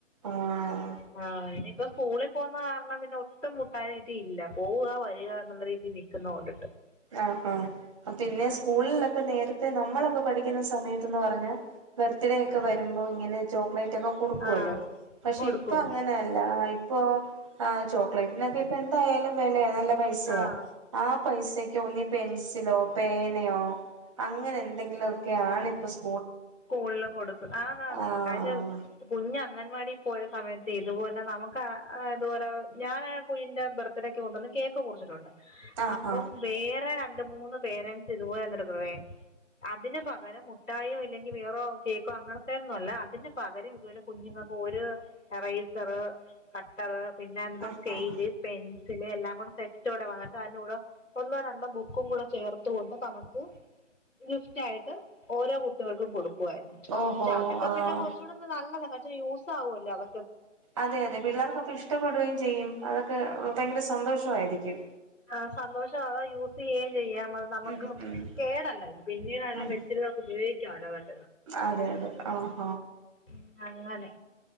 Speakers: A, on the right; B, on the left.
A: ആഹ്
B: ആ ഇനിപ്പൊ സ്കൂളി പോന്ന കാര്ണം പിന്നെ ഒ ട്ടും മുട്ടായി തീറ്റി ഇല്ല പോവ വരിക എന്നുള്ള രീതിലെ <unintelligible>
A: ആ ഹാ പിന്നെ സ്കൂൾലൊക്കെ നേരത്തെ നമ്മളൊക്കെ പഠിക്കുന്ന സമയത്ത്ന്ന് പറഞ്ഞാ ബർത്ത്ഡേ ഒക്കെ വരുമ്പോ ഇങ്ങനെ ചോക്ലേ റ്റൊക്കെ കൊടുക്കുവല്ലോ
B: ആ
A: പഷെ
B: കൊടുക്കും
A: ഇപ്പൊ അങ്ങനെ എല്ല ഇ ഇപ്പോ ആ ചോ ക്ലേറ്റ്നൊക്കെ ഇപ്പ എന്തായാലും വെലയ നല്ല പൈസയാ
B: ആ
A: ആ പൈസ ക് ഒന്നി പെൻസിലോ പേനെയോ അങ്ങനെ എന്തെങ്കിലൊക്കെ ആണ് ഇപ്പോ സ്
B: സ്കൂളില് കൊടുക്കും ആന്ന് ആന്ന്
A: ആഹ്
B: കഴിഞ്ഞ കുഞ്ഞ അംഗൻവാടി പോയ സമയത്തെ ഇതുപോ നമുക്ക് അത് പോലെ ഞാന കുഞ്ഞിൻ്റെ ബർത്ത്ഡേക്ക് കൊണ്ടുവന്ന് കേക്ക് മുറിച്ചിട്ടുണ്ട്
A: ആഹ്
B: അപ്പം വേറെ ര ണ്ട് മൂന്ന് പേരെൻ്റ്സ് ഇതുപോലെ <unintelligible> അതിന് പകരം മുട്ടായോ ഇല്ലെ കി വേറോ കേക്കോ അങ്ങനത്തെ ഒന്നുവല്ല അതിന്ന് പകരം ഇതുപോലെ കുഞ്ഞുങ്ങൾക്ക് ഒരു എറൈസറ് കട്ടറ് പിന്ന എന്താ
A: ആഹ്
B: സ്കെയില് പെൻ സില് എല്ലാം കൂടെ സെറ്റോടെ വാങ്ങ അന്നിട്ട് അയ്ന്റെ കൂടെ ഒന്നോ രണ്ടോ ബുക്കും കൂടെ ചേർത്ത് കൊണ്ട് നമുക്ക് ഗിഫ്റ്റ് ആയിട്ട് ഓരോ കുട്ട്യോൾ ക്കും കൊടു കുവായിരുന്നു
A: ഓഹോ
B: ഷ അതൊക്കെ
A: ആഹ്
B: പിന്നെ കുറച്ചൂടെ നല്ലത ക യൂസ് ആവോല്ലോ അവ
A: അതെ അതെ പിള്ളേർക്കപ്പ ഇഷ്ടപ്പെടുവെം ചെയ്യും അതൊക് ക ഭയ്ങ്കര സന്തോഷവായിരിക്കും
B: ആ സന്തോഷം അതാ യൂസെയ്യേം ചെയ്യാം അത് നമ്മക്കും
A: ഉം ഉം
B: കേടല്ലല്ലോ പിന്നീടാണേലും
A: ഉം
B: വെച്ചിരുന്ന നമക്ക് ഉപയേ <unintelligible>
A: അതെ അതെ ആഹ
B: ഉ അങ്ങനെ